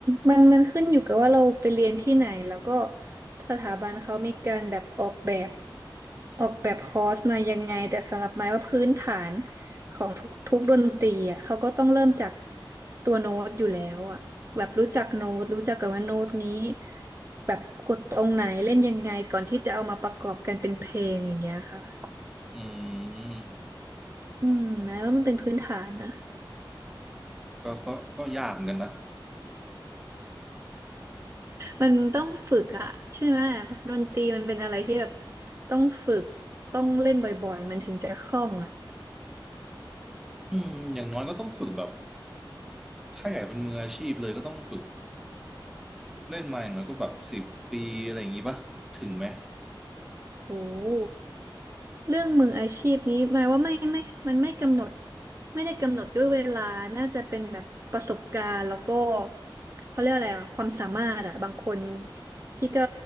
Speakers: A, on the right; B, in the centre.
A: มันมันขึ้นอยู่กับว่าเราไปเรียนที่ไหนแล้วก็สถาบันเขามีการแบบออกแบบออกแบบคอร์สมายังไงแต่สำหรับไม้ว่าพื้นฐานของทุกทุกดนตรีอ่ะเขาก็ต้องเริ่มจากตัวโน้ตอยู่แล้วอ่ะแบบรู้จักโน้ตรู้จักกันว่าโน้ตนี้แบบกดตรงไหนเล่นยังไงก่อนที่จะเอามาประกอบกันเป็นเพลงอย่างเงี้ยค่ะ
B: อืม
A: อืมนะว่ามันเป็นพื้นฐานนะ
B: ก็ก็ก็ยากเหมือนกันนะ
A: มันต้องฝึกอะใช่ไหมดนตรีมันเป็นอะไรที่แบบต้องฝึกต้องเล่นบ่อยๆมันถึงจะคล่องอะ
B: อืมอย่างน้อยก็ต้องฝึกแบบ ถ้าอยากเป็นมืออาชีพเลยก็ต้องฝึกเล่นมาอย่างน้อยก็แบบสิบปีอะไรอย่างงี้ปะถึงไหม
A: โอ้โหเรื่องมืออาชีพนี้หมายว่าไม่ไม่มันไม่กำหนดไม่ได้กำหนดด้วยเวลาน่าจะเป็นแบบประสบการณ์แล้วก็เขาเรียกอะไรอะความสามารถอะบางคนที่ก็